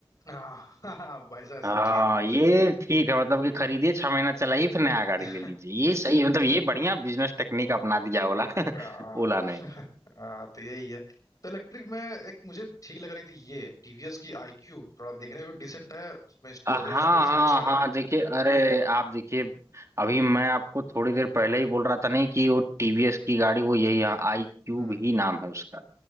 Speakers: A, on the left; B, on the right.
A: हाँ भाई साहब समझिए
B: हाँ ये ठीक है मतलब कि खरीदिए छह महीना चलाइए फिर नया
A: <laughs>
B: गाड़ी ले लीजिए ये सही है मतलब ये बढ़िया बिजनेस टेक्निक अपना दिया ओला
A: आ,
B: <laughs> ओला ने
A: आ, तो यही है तो इलेक्ट्रिक में एक मुझे ठीक लग रही थी ये टीवीएस की आई क्यूब थोड़ा देखने में भी डिसेंट है उसमें स्टोरेज
B: अ, हाँ
A: स्टोरेज
B: हाँ
A: भी अच्छा
B: हाँ
A: है
B: देखिए अरे आप देखिए अभी मैं आपको थोड़ी देर पहले ही बोल रहा था नहीं कि वो टीवीएस की गाड़ी वो यही है आई क्यूब
A: हम्म
B: ही नाम है उसका